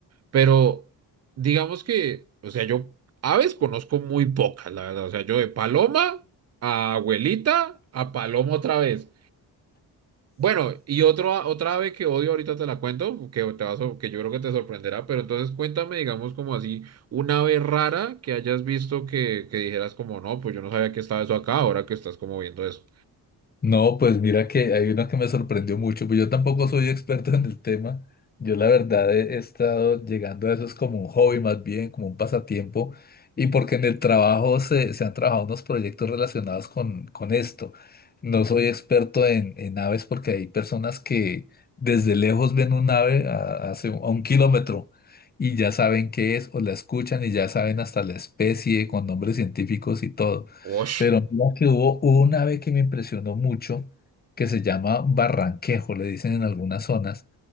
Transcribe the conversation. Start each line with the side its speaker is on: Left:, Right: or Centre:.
Right: Pero digamos que, o sea, yo aves conozco muy pocas, la verdad. O sea, yo de paloma a abuelita a paloma otra vez. Bueno, y otro, a- otra ave que odio ahorita te la cuento, que te vas a- que yo creo que te sorprenderá, pero entonces cuéntame, digamos, como así, una ave rara que hayas visto que, que dijeras como, no, pues yo no sabía que estaba eso acá, ahora que estás como viendo eso.
Left: No, pues mira que hay una que me sorprendió mucho, pues yo tampoco soy experto en el tema. Yo la verdad he he estado llegando a eso es como un hobby más bien, como un pasatiempo, y porque en el trabajo se, se han trabajado unos proyectos relacionados con, con esto. No soy experto en, en aves porque hay personas que desde lejos ven un ave a, hace- a un kilómetro y ya saben qué es o la escuchan y ya saben hasta la especie con nombres científicos y todo.
Right: Osh.
Left: Pero mira que hubo hubo una ave que me impresionó mucho, que se llama barranquejo, le dicen en algunas zonas,